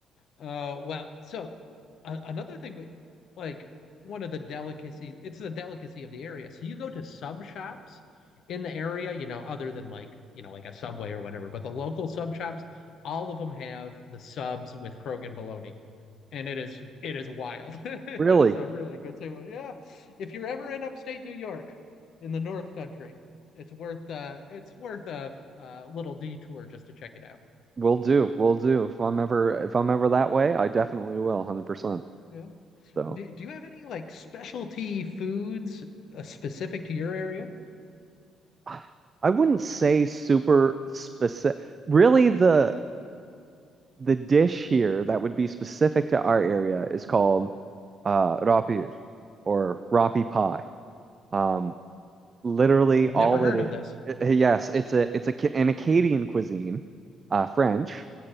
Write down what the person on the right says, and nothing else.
Really,
will do. Will do. If I'm ever if I'm ever that way, I definitely will, 100%.
So,
<sighs> I wouldn't say super specific. Really, the the dish here that would be specific to our area is called uh rapir or rapi pie. Um literally
all
it is.
eh, Yes, it's a it's a Ca- an Acadian cuisine, uh, French.